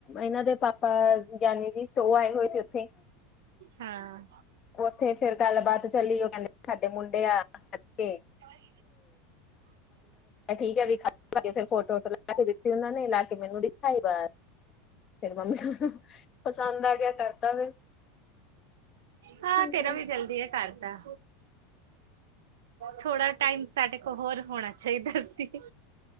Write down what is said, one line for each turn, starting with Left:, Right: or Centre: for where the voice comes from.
Left: ਇਨਾਂ ਦੇ ਪਾਪਾ ਗਿਆਨੀ ਜੀ ਤੇ ਔ ਆਏ ਹੋਏ ਸੀ ਔਥੇ।
Right: ਹਾਂ।
Left: ਔਥੇ ਫੇਰ ਗਲਬਾਤ ਚੱਲੀ ਉਹ ਕੈਂਦੇ ਸਾਡੇ ਮੁੰਡੇ ਆ ਐਥੇ।
Right: <unintelligible> <inaudible>
Left: ਠੀਕ ਹੈ ਵੀ ਖਾ ਕੇ ਫਿਰ ਫੋਟੋ ਫੋਟੋ ਲਾ ਕੇ ਦਿੱਤੀ ਉਹਨਾਂ ਨੇ ਲਾ ਕੇ ਮੈਨੂੰ ਦਿਖਾਈ ਬਸ ਫੇਰ ਮੰਮੀ ਨੂੰ ਪਸੰਦ ਆ ਗਿਆ ਕਰਤਾ ਫਿਰ
Right: ਹਾਂ ਤੇਰਾ ਵੀ
Left: ਹੂੰ
Right: ਜਲਦੀ ਐਈ ਕਰਤਾ। ਥੋੜਾ ਟਾਈਮ ਸਾਡੇ਼ ਕੋਲ ਹੋਰ ਹੋਣਾ ਚਾਈਦਾ ਸੀ।